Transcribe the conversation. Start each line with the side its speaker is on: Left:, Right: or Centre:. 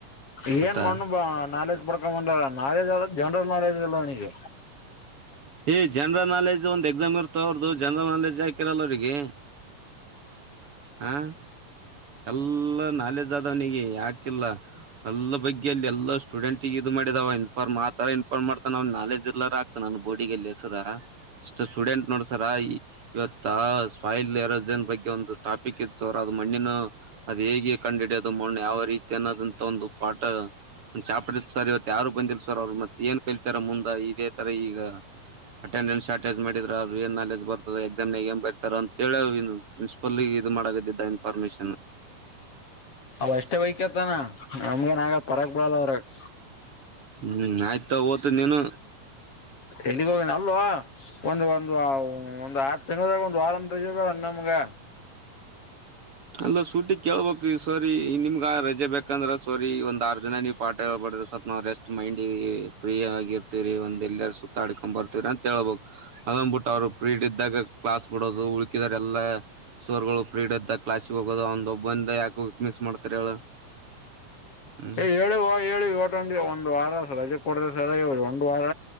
Left: ಏನ್
Right: ಗೊತ್ತಾ
Left: ಮಣ್ಣು ಬ ನಾಲೆಜ್ ಪಡ್ಕ ಬಂದ ನಾಲೆಜ್ ಅ ಜನರಲ್ ನಾಲೆಜ್ ಇಲ್ಲ ಅವನಿಗೆ
Right: ಏ ಜನರಲ್ ನಾಲೆಜ್ ಒಂದ್ ಎಕ್ಸಾಮ್ ಇರ್ತ ಅವ್ರ್ದು ಜನರಲ್ ನಾಲೆಜ್ ಹಾಕಿರಲ್ಲ ಅವ್ರರಿಗೆ ಹಾ ಎಲ್ಲ ನಾಲೆಜ್ ಆದವನಿಗೆ ಯಾಕಿಲ್ಲ ಎಲ್ಲ ಬಗ್ಗೆ ಅಲ್ಲಿ ಎಲ್ಲ ಸ್ಟೂಡೆಂಟ್ಗ ಇದು ಮಾಡಿದ ಇನ್ಫಾರ್ಮ್ ಆತರ ಇನ್ಫಾರ್ಮ್ವ ನಾಲಜ್ ಇಲ್ದಲೇ ನಾನು ಬೋರ್ಡಿಗೆಲ್ಲಿಸರ ಇಷ್ಟ ಸ್ಟೂಡೆಂಟ್ ನೋಡಸರ ಇವತ್ ಸಾಯಿಲ್ ಏರೋ ಬಗ್ಗೆ ಒಂದು ಟಾಪಿಕ್ ಇತ್ತು ಸ ಅವರ್ ಅದು ಮಣ್ಣಿನ ಅದು ಹೇಗೆ ಕಂಡು ಹಿಡೋದು ಮಣ್ಣ ಯಾವ ರೀತಿ ಅನ್ನೋದಂತ ಒಂದು ಪಾಠ ಚಾಪ್ಟರ್ ಸರ್ ಇವ ಯಾರು ಬಂದಿಲ್ಲ ಸರ್ ಅವ್ರು ಮತ್ತೆ ಏನ್ ಕಲ್ತಾರ ಮುಂದೆ ಇದೇ ತರ ಈಗ ಅಟೆಂಡೆನ್ಸ್ ಅಟೇಜ್ ಮಾಡಿದ್ರರು ಅವ್ರ ಏನ್ ನಾಲೆಜ್ ಬರ್ತದ ಎಕ್ಸಾಮನಾಗೆ ಏನ್ ಬರ್ತಾರ ಅಂತ ಹೇಳ ಪ್ರಿನ್ಸಿಪಲ್ ಇದು ಮಾಡಗದಿದ್ದ ಇನ್ಫಾರ್ಮಶನ್
Left: ಅವ ಅಷ್ಟೇ ವೈಕ್ಯತಾನ ನಮ್ಗೇನ್ ಆಗಲ್ಲ ಪರಕ್ ಬಾಲ್ ಅವರಗ್
Right: ಹ್ಮ್ ಆಯ್ತ ಓತ ನೀನು
Left: ಎಲ್ಲಿಗ್ ಹೋಗಿನ ಅಲ್ವ ಒಂದ ಒಂದು ಒಂದು ಆರ್ ತಿಂಗಳ ಒಂದಂದು ವಾರಂ ರಜ ಬೇಡ ಗೆ
Right: ಅಂದ ಸೂಟಿ ಕೇಳ್ಬಬೇಕು ಈ ಸರಿ ನಿಮ್ಗ ರಜೆ ಬೇಕಂದ್ರ ಸರಿ ಒಂದ್ ಆರ್ ದಿನ ನೀವ್ ಪಾಠ ಹೇಳ್ಬು ಸತ್ ನಾವ್ ರೆಸ್ಟ್ ಮೈಂಡ್ ಫ್ರೀ ಆಗಿರ್ತತಿವರಿ ಒಂದ್ ಎಲ್ಲರ ಸುತ್ತಾಡ್ಕೊಂಡ್ ಬರ್ತವ್ರರಿ ಅಂತ ಹೇಳ್ಬಬೇಕಕ್ ಅದೊಂದ್ಬಿಟ್ಟು ಅವ್ರು ಫ್ರೀಡ್ ಇದಾಗ ಕ್ಲಾಸ್ ಬಿಡೋದು ಉಳಕಿದಿದ್ದಾರೆ ಎಲ್ಲಾ ಸರಗಳು ಫ್ರೀಡ್ ಇದ್ದಾಗ ಕ್ಲಾಸ್ ಗೆ ಹೋಗೋದ ಒಂದ ಒಬ್ಬಂದ ಯಾಕ ಹೋಗಕ್ ಮಿಸ್ ಮಾಡ್ತಾರ ಹೇಳ ಹ್ಮ್
Left: ಏ ಹೇಳಿವ ಹೇಳಿ ಹೊಟ ಒಂದ್ ವಾರ ರಜೆ ಕೊಡ್ರ ಸರ ಒಂದ್ ವಾರ